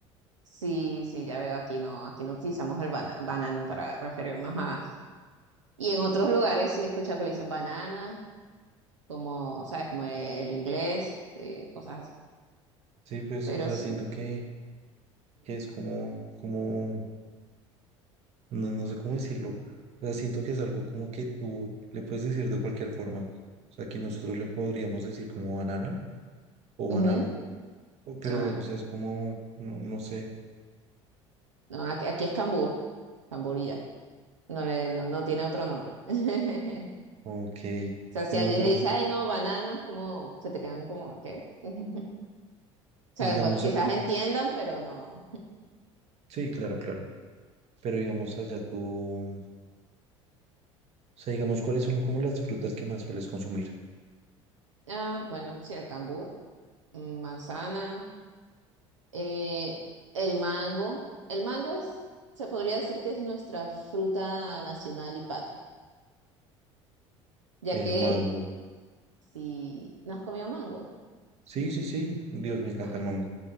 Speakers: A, on the right; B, on the right.
A: Sí, sí, ya veo, aquí no, aquí no utilizamos el bana- banano para referirnos a, Y en otros lugares sí he escuchado que le dicen banana, como, ¿sabes? Como el inglés, eh, cosas así.
B: Sí, pues,
A: Pero
B: o sea,
A: sí.
B: siento que, que es como, como No, no sé cómo decirlo. O sea, siento que es algo como que tú le puedes decir de cualquier forma. O sea, que nosotros le podríamos decir como banana o
A: ujú.
B: banano. O- Pero,
A: Ah,
B: o
A: ya.
B: sea, es como, no, no sé.
A: no, aquí, aquí es cambur, camburilla. No le, no, no tiene otro nombre. <laughs>
B: Ok.
A: O sea, si
B: No,
A: alguien
B: pero
A: le dice,
B: s-
A: ay, no, banano, es como, se te quedan como, ¿qué? <laughs> O sea,
B: digamos,
A: bu- quizás
B: a-
A: entiendan, pero no.
B: sí, claro, claro. Pero digamos allá tú, o sea, digamos, ¿cuáles son como las frutas que más sueles consumir?
A: Ah, bueno, sí, el cambur, mm, manzana, eh, el mango. El mango es, se podría decir que es nuestra fruta nacional y patria ya
B: El
A: que
B: mango.
A: Sí, ¿no has comido mango?
B: Sí, sí, sí. Dios, me encanta
A: Ah,
B: el mango.